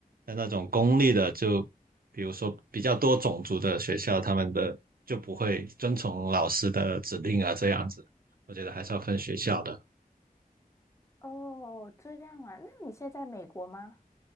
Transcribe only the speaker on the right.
但那种公立的就，比如说比较多种族的学校，他们的就不会遵从老师的指令啊，这样子，我觉得还是要分学校的。